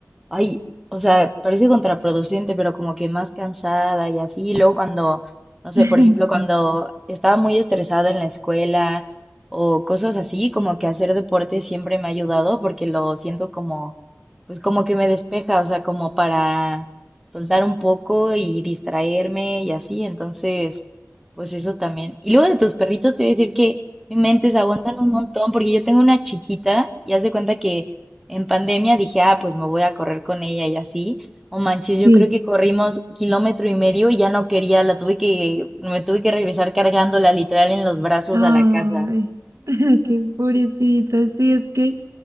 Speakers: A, in the centre; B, on the right.
A: ay, o sea, parece contraproducente, pero como que más cansada y así. Y luego cuando, no sé,
B: <laughs>
A: por ejemplo,
B: sí,
A: cuando estaba muy estresada en la escuela o cosas así, como que hacer deporte siempre me ha ayudado porque lo siento como, pues como que me despeja, o sea, como para soltar un poco y distraerme y así, entonces, pues eso también. Y luego de tus perritos te voy a decir que mi mente se aguantan un montón porque yo tengo una chiquita y haz de cuenta que en pandemia dije, ah, pues me voy a correr con ella y así. O manches, yo
B: sí.
A: creo que corrimos kilómetro y medio y ya no quería, la tuve que, me tuve que regresar cargándola literal en los brazos
B: Ay,
A: a la casa.
B: <laughs> qué pobrecita, sí, es que